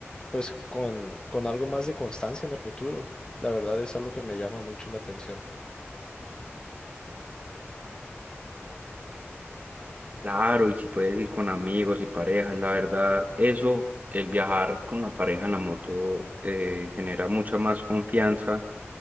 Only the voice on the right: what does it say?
Claro, y si puedes ir con amigos y parejas, la verdad, eso, el viajar con la pareja en la moto eh, genera mucha más confianza